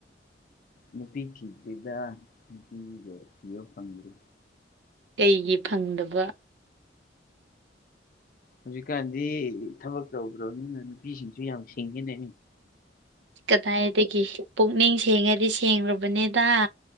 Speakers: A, on the left (about 45°); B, on the right (about 70°).
A: ꯅꯨꯄꯤ ꯊꯤꯗ꯭ꯔꯤꯗ ꯅꯨꯄꯤꯒ ꯊꯤꯕ ꯐꯪꯗ꯭ꯔꯤ
B: ꯀꯩꯒꯤ ꯐꯪꯗꯕ
A: ꯍꯧꯖꯤꯛꯀꯥꯟꯗꯤ ꯊꯕꯛ ꯇꯧꯗ꯭ꯔꯕꯅꯤꯅ ꯅꯨꯄꯤꯁꯤꯡꯁꯨ ꯌꯥꯝ ꯁꯤꯡꯉꯦꯅꯦ
B: ꯀꯗꯥꯏꯗꯒꯤ ꯄꯨꯛꯅꯤꯡ ꯁꯦꯡꯉꯗꯤ ꯁꯦꯡꯂꯕꯅꯦꯗ